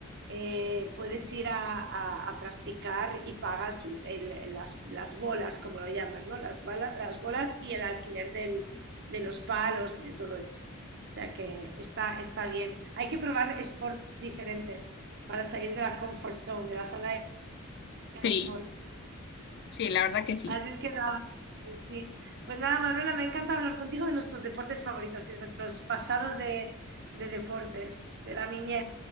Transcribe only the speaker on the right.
eh, puedes ir a, a- a practicar y pagas el- las, las bolas, como lo llaman, ¿no? Las, bala- las bolas y el alquiler del- de los palos y de todo eso. O sea que está, está bien. Hay que probar sports diferentes para salir de la comfort zone, de la zona de
confort.
Así es que nada, pues sí. Pues nada, Manuela, me encanta hablar contigo de nuestros deportes favoritos y de nuestros pasados de, de deportes, de la niñez.